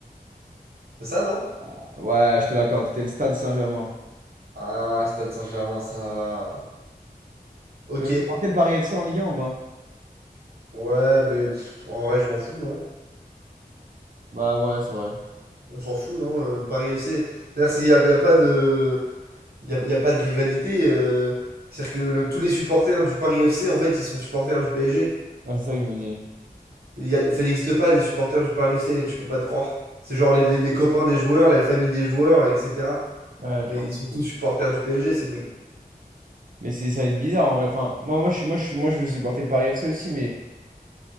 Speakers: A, on the right (about 80°); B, on the right (about 60°).
A: c'est ça, non?
B: Ah, ouais, je te l'accorde, c'était le Stade Saint-Germain.
A: Ah, Stade Saint-Germain, ça va. Ok.
B: Tu vois, tu portais le Paris FC en Ligue 1, on va?
A: Ouais, mais pff, en vrai, je m'en fous, non?
B: Bah ouais, c'est vrai.
A: On s'en fout, non? Euh, Paris FC. C'est-à-dire qu'il n'y a, il y a pas de. Il y a, y a pas de rivalité. euh, C'est-à-dire que le- tous les supporters du Paris FC, en fait, ils sont supporters du PSG.
B: Ouais, c'est ça que je me dis.
A: Il y a- ça n'existe pas des supporters du Paris FC, je peux pas te croire. C'est genre les, les- les copains des joueurs, la famille des joueurs, etc.
B: Ouais,
A: Mais
B: je pense
A: ils sont tous
B: aussi.
A: supporters du PSG, ces mecs.
B: Mais c'est, ça va être bizarre en vrai. Enfin, moi, moi, je, suis- moi, je, suis- moi, je veux supporter le Paris FC aussi, mais